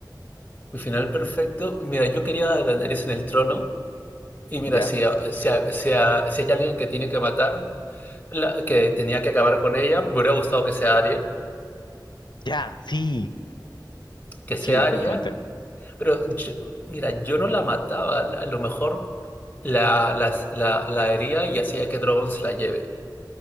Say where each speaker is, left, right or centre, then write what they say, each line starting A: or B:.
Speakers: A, on the left; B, on the left.
A: Mi final perfecto. Mira, yo quería a Daenerys en el trono. Y mira,
B: ¿Ya?
A: si, si, si- si hay alguien que tiene que matar, la- que tenía que acabar con ella, me hubiera gustado que sea Arya.
B: Ya, sí,
A: Que sea
B: sí, totalmente.
A: Arya. Pero yo- mira, yo no la mataba. A lo mejor la, las- la, la hería y hacía que Drogon se la lleve.